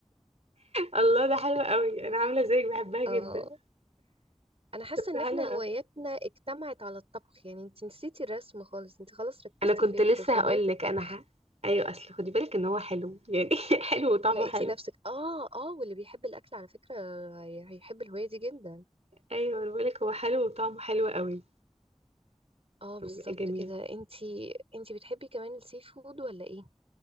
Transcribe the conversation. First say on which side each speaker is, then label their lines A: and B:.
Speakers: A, on the right; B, on the right.
A: الله ده حلو قوي انا عامله زيك بحبها
B: <laughs>
A: جدا
B: اه انا حاسة
A: طب
B: ان
A: ده
B: احنا
A: حلو
B: هواياتنا
A: قوي
B: اجتمعت على الطبخ يعني انت نسيتي الرسم خالص انت خلاص ركزتي
A: انا كنت
B: في
A: لسه
B: في, في هواية
A: هقول لك
B: الطبخ
A: انا ح... ايوه اصل خدي بالك ان هو حلو يعني <laughs> حلو وطعمه
B: لقيتي
A: حلو
B: نفسك اه اه واللي بيحب الاكل على فكرة هي- هيحب الهواية دي جدا
A: ايوه أنا بقولك هو حلو وطعمه حلو قوي
B: اه بالظبط
A: بيبقى جميل
B: كده انتي انتي بتحبي كمان السي فود ولا ايه